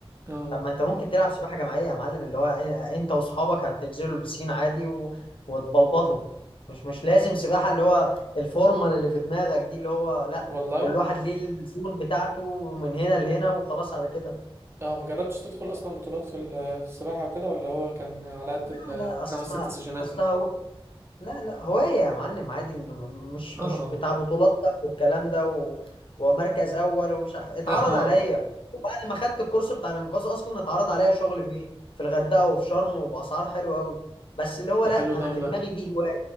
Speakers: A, on the right; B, on the left.
A: اه
B: طب ما انت ممكن تلعب سباحه جماعيه يا معلم اللي هو إن- انت واصحابك هتنزلوا البسين عادي و... وتبلبطوا مش مش لازم سباحه اللي هو الفورمال اللي في دماغك دي اللي هو لا
A: والله
B: كل واحد ليه الزون بتاعته من هنا لهنا وخلاص على كده
A: اه ما جربتش تدخل اصلا بطولات في ال- في السباحه وكده ولا هو كان على قد
B: لا
A: الخمس
B: لا اصلها
A: ست سيشنات
B: اصلها لا لا هواية يا معلم عادي إن م- مش
A: اه
B: مش بتاع بطولات بقى والكلام ده و... ومركز أول ومش ع- اتعرض
A: اه آه.
B: عليا وبعد ما خدت الكورس بتاع الإنقاذ أصلا اتعرض عليا شغل بيه في الغردقة وفي شرم وبأسعار حلوة أوي بس اللي هو
A: ده
B: لا
A: حلو
B: أنا
A: ده والله
B: في دماغي دي هواية